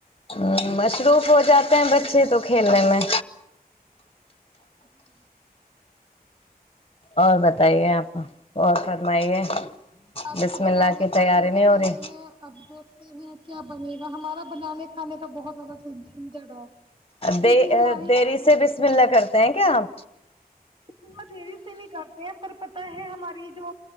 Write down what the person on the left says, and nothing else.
ہ مصروف ہو جاتے ہیں بچے تو کھیلنے میں
اور بتائیے آپ اور فرمائیے
بسم
اللہ کی تیاری
نہیں ہو
رہی
د
دیری سے بسم اللہ کرتے ہیں کیا آپ